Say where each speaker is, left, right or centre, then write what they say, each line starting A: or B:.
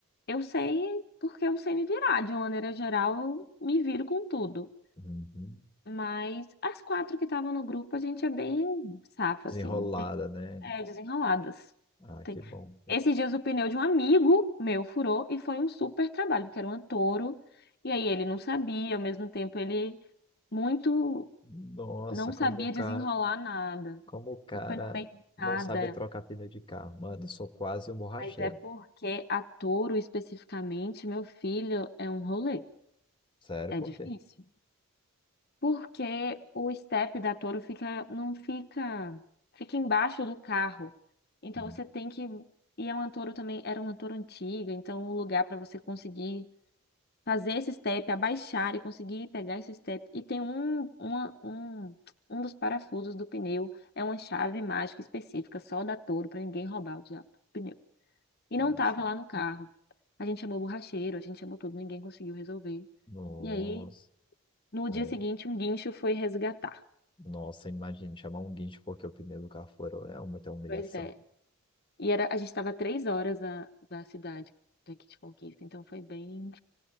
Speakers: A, on the left; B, on the left.
A: eu sei porque eu sei me virar, de uma maneira geral, eu me viro com tudo.
B: Uhum.
A: Mas as quatro que estavam no grupo, a gente é bem safa,
B: Desenrolada,
A: assim, tem,
B: né?
A: é, desenroladas.
B: Ah,
A: Tem.
B: que bom.
A: Esses dias o pneu de um amigo meu furou e foi um super trabalho, porque era um touro. E aí ele não sabia, ao mesmo tempo ele muito
B: Nossa,
A: não
B: como
A: sabia
B: o cara,
A: desenrolar nada.
B: como o cara
A: E foi no meio de nada.
B: não sabe trocar pneu de carro. Mano, eu sou quase um borracheiro.
A: Mas é porque a touro especificamente, meu filho, é um rolê.
B: Sério,
A: É
B: por
A: difícil.
B: quê?
A: porque o step da Toro fica, não fica, fica embaixo do carro. Então
B: Hum,
A: você tem que, e a uma Toro também era uma Toro antiga, então o lugar para você conseguir fazer esse step, abaixar e conseguir pegar esse step. E tem um, uma, um, um dos parafusos do pneu, é uma chave mágica específica só da Toro para ninguém roubar o diabo do pneu. E não
B: Ah,
A: tava
B: sim.
A: lá no carro. A gente chamou o borracheiro, a gente chamou tudo, ninguém conseguiu resolver.
B: Nossa.
A: E aí, no
B: Aí,
A: dia seguinte, um guincho foi resgatar.
B: nossa, imagina chamar um guincho porque o pneu do carro furou. É muita humilhação.
A: Pois é. E era, a gente estava três horas da, da cidade daqui de Conquista, então foi bem,